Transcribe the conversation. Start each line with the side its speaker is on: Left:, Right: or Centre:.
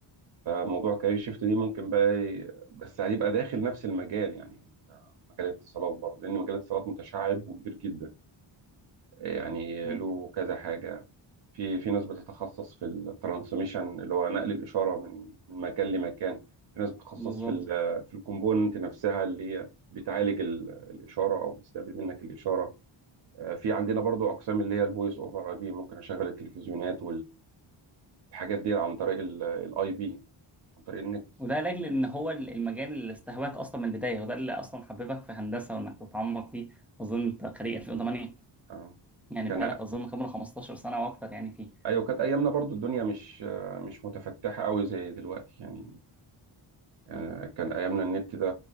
Right: فموضوع كارير شيفت دي ممكن بقى ي- بس هيبقى داخل نفس المجال يعني انت مجال الاتصالات برضه لان مجال الاتصالات متشعب وكبير جدا يعني
Centre: مم،
Right: له كذا حاجة في في ناس بتتخصص في الترانسميشن اللي هو نقل الإشارة من من مكان لمكان في ناس بتتخصص
Centre: بالظبط
Right: في ال في الكومبوننت نفسها اللي هي بتعالج ال- الإشارة أو بتستقبل منك الإشارة آه، في عندنا برضو أقسام اللي هي الفويس أوفر أي بي ممكن أشغل التلفزيونات والحاجات دي عن طريق الأي بي عن طريق النت
Centre: وده لاجل ان هو المجال اللي استهواك اصلا من البدايه وده اللي اصلا حببك في هندسه وانك تتعمق فيه اظن انت خريج 2008
Right: آه.
Centre: يعني
Right: كان
Centre: بقالك اظن خبره 15 سنه واكتر يعني فيه
Right: أيوة كانت أيامنا برضو الدنيا مش آه، مش متفتحة قوي زي دلوقتي يعني يعني كان أيامنا النت ده